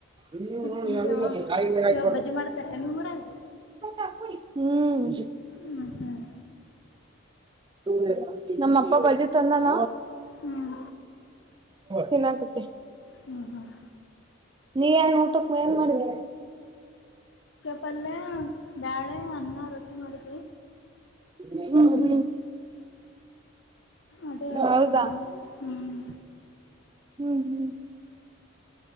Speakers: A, on the right; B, on the left.
A: ನೀ
B: ತಿನ್ರಿ ಅವ
A: ನೋ ಕಾಯಿ ಮೇಲೆ ಹಾಕ್ಬತ
B: ಇವಾಗ ಬಜ್ಜಿ ಮಾಡ್ತಾರೆ ನಿಮ್ಮೂರಾಗ
A: ಚಾ ಕುಡಿ ಹ್ಮ್.
B: ಹ್ಮ್ ಹ್ಮ್
A: <inaudible> ನಮ್ಮ ಅಪ್ಪ ಬಂದಿದ್ ತಂದಾನ
B: ಹ್ಮ್
A: ತಿನ್ನಾಕತ್ತೆನಿ.
B: ಹ್ಮ್ ಹ್ಮ್
A: ನೀ ಏನ್ ಊಟಕ್ಕ ಏನ್ ಮಾಡಿಡಿ.
B: ಪಲ್ಲೆ ಬ್ಯಾಳೆ ಅನ್ನ ರೊಟ್ಟಿ ಮಾಡೇವ
A: ಹ್ಮ
B: ಅದೇ ಆಗೈತಿ
A: ಹೌದಾ.
B: ನೋಡ್ ನಮ್ಗೆ ಹ್ಮ್
A: ಹ್ಮ್ ಹ್ಮ್